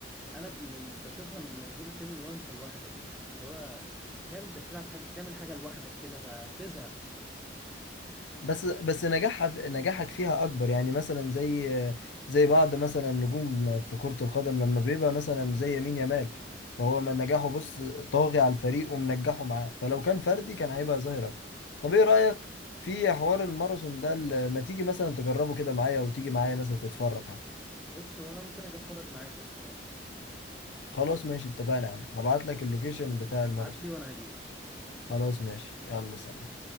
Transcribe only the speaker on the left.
بس بس نجاحها نجاحك فيها اكبر يعني مثلا زي زي بعض مثلا نجوم في كرة القدم لما بيبقى مثلا زي يمين يامال فهو من نجاحه بص طاغي على الفريق ومنجحه معاه فلو كان فردي كان هيبقى ظاهر اكتر طب ايه رأيك في حوار الماراثون ده ال- ما تيجي مثلا تجربه كده معايا وتيجي معايا مثلا تتفرج حتى
خلاص ماشي اتفقنا يا عم هبعت لك اللوكيشن بتاع الماراثون
خلاص ماشي يلا سلام